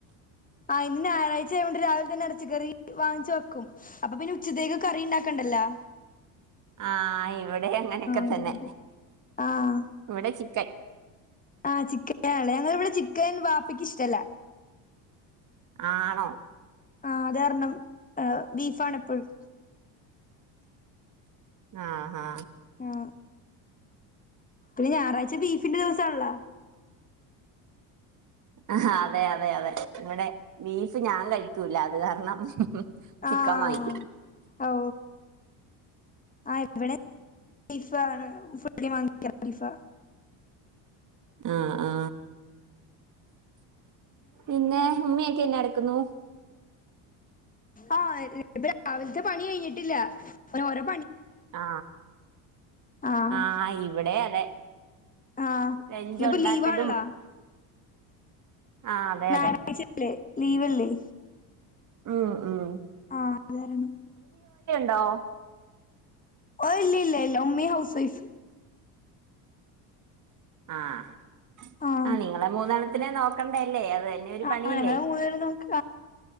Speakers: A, on the left; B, on the right.
A: ആ ഇന്ന് ഞായറാഴ്ച ആയൊണ്ട് രാവിലെ തന്നെ ഇറച്ച കറി വാങ്ങിച്ച വെക്കും അപ്പൊ പിന്നെ ഉച്ചത്തേക്ക് കറി ഉണ്ടാക്കണ്ടല്ലോ
B: ആ ഇവിടെ അങ്ങനെയൊക്കെ
A: അതെ
B: തന്നെ
A: അതെ ആഹ്
B: ഇവിടെ ചിക്കൻ
A: ആ ചിക്കൻ ആലെ ഞങ്ങ ഇവിടെ ചിക്കൻ വാപ്പിക്ക് ഇഷ്ടല്ലേ
B: ആണോ
A: ആ അത് കാരണം ബീഫാണ എപ്പോഴും
B: ആ ആ
A: ആ പിന്നെ ഞായറാഴ്ച ബീഫിന്റെ ദിവസ ണല്ലോ
B: ആ അതെ അതെ അതെ ഇമ്മടെ ബീഫ് ഞാൻ കഴിക്കൂല അത് കാരണം ചിക്കൻ
A: ആഹ്
B: വാങ്ങിക്കും
A: ഓ ആ ഇവിടെ ബീഫാണ് ഫി വാങ്ങിക്ക ബീഫ
B: ആ ആ പിന്നെ ഉമ്മയൊക്കെ എന്ന എടുക്കുന്നു
A: ആഹ് ബടെ രാവിലത്തെ പണി കഴിഞ്ഞിട്ടില്ല വേറെ
B: ആ
A: ആഹ്
B: ആ ഇവിടെ അതെ
A: ആഹ്
B: ലഞ്ച്
A: ന്നിപ്പ
B: ഉണ്ടാക്കലും
A: ലീവാണല്ലോ
B: ആഹ് അതെ
A: ഞായറാഴ്ചല്ലേ
B: അതെ
A: ലീവല്ലേ
B: മ്മ് മ്മ്
A: ആഹ് അതാരണം
B: നൗ
A: ഓ ഇല്ല ഇല്ല ഇല്ല മമ്മി ഹൗസ് വൈഫ്
B: ആഹ്
A: ആഹ്
B: ആ നിങ്ങളെ മൂത്തണ അതിനെ നോക്കണ്ടല്ലേ തന്നെ ഒരു
A: ആ
B: പണിയല്ലേ
A: ഞങ്ങള് മൂന്നേര് നോക്ക